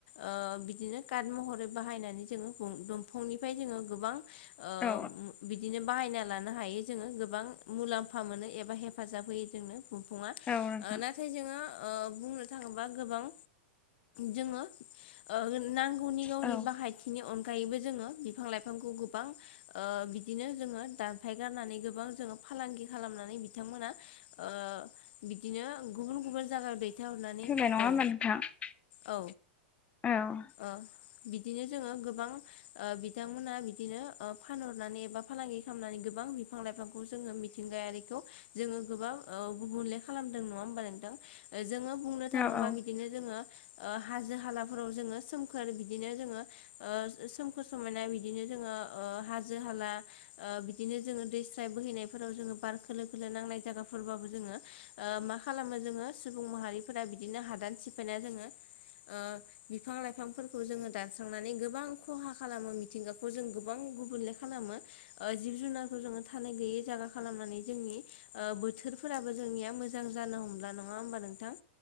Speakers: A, on the left; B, on the left.
A: ओ बिदिनो काट महरै बाहायनानै जोङो बन दंफांनिफ्राय जोङो गोबां ओ
B: औ
A: बिदिनो बाहायना लानो हायो जोङो गोबां। मुलाम्फा मोनो एबा हेफाजाब होयो जोंनो बंफंआ नाथ
B: औ नोंथां
A: थाय जोङो ओ बुंनो थाङोबा गोबां जोङो ओ नांगौनि गावनि
B: औ
A: बाहायथ बिनि अनगायैबो जोङो बिफां लाइफांखौ गोबां ओ बिदिनो जोङो दानफायगारनानै गोबां जोङो फालांगि खालामनानै बिथांमोना ओ बिदिनो गुबुन गुबुन जागाव दैथाय हरनानै
B: फैबाय नङा होमबा
A: औ।
B: नोंथां
A: औ
B: औ
A: ओ बिदिनो जोङो गोबां ओ बिथांमोनहा बिदिनो फानहरनानै एबा फालांगि खालामनानै गोबां फां लाइफांखौ जोङो मिथिंगायारिखौ जोङो गोबां ओ गुबुनले खालामदों नङा होमबा नोंथां? जोङो बुंनो थाङोबा
B: औ औ
A: बि बिदिनो जोङो ओ हाजो हालाफोराव जोङो सोमखोर बिदिनो जोङो ओ सोमखोर समायना बिदिनो जोङो ओ हाजो हाला ओ बिदिनो जोङो दै स्राय बोहैनायफोराव जोङो बार खोलो खोलो नांनाय जायगाफोरबाबो जोङो ओ मा खालामो जोङो सुबुं माहारिफोरा बिदिनो हादान सिफायना जोङो ओ बिफां लाइफांफोरखौ जोङो दानस्रांनानै गोबां खहा खालामो मिथिंगाखौ जों गोबां गुबुंले खालामो। ओ जिब जुनारखौ जोङो थानाय गैयै जायगा खालामनानै जोंनि ओ बोथोरफोराबो जोंनिया मोजां जानो हमला नङा होमबा नोंथां?